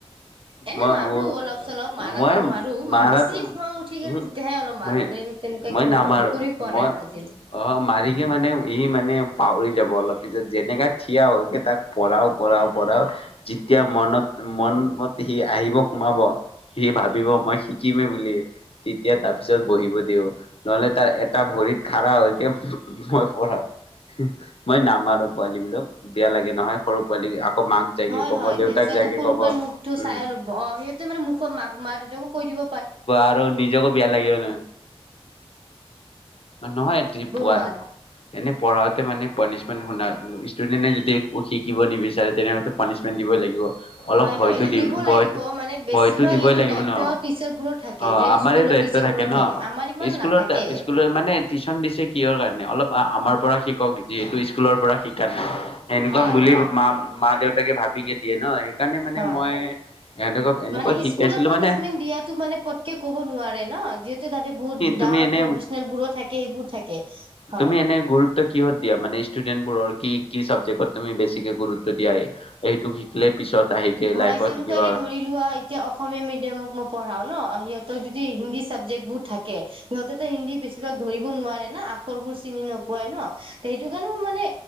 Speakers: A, on the right (about 60°); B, on the left (about 65°).
A: এনে
B: ভাবো
A: মাৰো অলপ চলপ মাৰটো
B: মই
A: মাৰো
B: মাৰাটো
A: মানে বেছি খং উঠি
B: উহো
A: গ' তেতিয়াহে অলপ মাৰো
B: মই
A: তেনেকুৱাকে
B: মই নামাৰো
A: কৰি কৰি পোৱা
B: মই
A: নাই আৰু আজিলৈ
B: অ মাৰিকে মানে ইি মানে পাহৰি যাব অলপ পিচত যেনেকা পিছত যেনেকা থিয়া হৈকে তাক পঢাও পঢও পঢ়ও যেতিয়া মনত মন ম সি আহিব সোমাব সি ভাবিব মই শিকিমেই বুলি তেতিয়া তাৰ পিছত বহিব দিওঁ নহলে তাৰ এটা ভৰিত খাৰা হৈকে মই পঢ়ও মই নামাৰো পোৱালী বিলাক বিেয়া লাগে নহয় সৰু পোৱালি আকৌ মাক যাইকে
A: হয়
B: ক'ব
A: হয়
B: দেউতাক
A: তেনেকুৱাাত
B: যাইকে
A: সৰু
B: ক'ব
A: পৰা মুখতটো
B: উম
A: চাই অল অ সেইহতে মানে মুখক মাক মা দেউতাকো কৈ দিব
B: আৰু নিজকো বেয়া লাগিব নহয় নহয় পোৱা
A: <unintelligible>
B: এনে পঢ়াতে মানে পনিশমেট শু ষ্টুডেণ্টে যদি শিকিব নিবিচাৰে তেনেহ'লে পানিছমেণ্ দই লাগিব অলপ
A: হয়
B: ভয়তো
A: হয় এইটো
B: দি
A: দিব
B: ভয়
A: লাগিব মানে বেছিভাগ
B: ভয়তো দিবই
A: এইটো
B: লাগিব
A: দায়িত্ব
B: ন
A: টিচাৰবোৰৰ থাকে
B: অ
A: যে
B: আমাৰে
A: স্কুলত টিচাৰবোৰৰ
B: থাকে ন
A: আমাৰ ইমান
B: স্কুলত
A: নাথাকে
B: মানে টিউচন দিছে কিহৰ কাৰণে অলপ আমাৰ পৰা শিকক যিহেতু স্কুলৰ পৰা শিকা নাই সেনেকুৱা
A: হয়
B: বুলি
A: হয়
B: মা মা দেউতাকে ভাবিকে দিয়ে ন সেইকাৰণে মানে
A: হয়
B: মই এহঁতক এনেকুৱা
A: মানে
B: শিকাইছিলো
A: স্কুলৰ পানিচমেন্ট
B: মানে
A: দিয়াো মানে পতকে ক'ব নোৱাৰে ন যিহেতু তাতে বহুত
B: তোমিএনে
A: ডাঙৰ প্ৰফেচনেল বোৰো থাকে এইবোৰ থাকে হয়
B: তুমি এনে গুৰুত্ব কিহত দিয়া মানে ডেন্টিষ্টৰ বোৰৰ কি কি চাবজেক্টত তুমি বেছিকে গুৰুত্ব দিয়া এইটো শিকিলে পিছত আহিকে
A: হয়
B: লাইফত
A: যেনেকুৱাকে
B: কিবা
A: ধৰি লোৱা এতিয়া অসমীয়া মিডিয়ামক মই পঢ়াও ন সিহতৰ যদি হিন্দী চাবজেক্ট বোৰ থাকে, সিহতেটো হিন্দী বেছিভাগ ধৰিব নোৱাৰে না আখৰবোৰ চিনি নোপাই ন, সেইটো কাৰণে মই মানে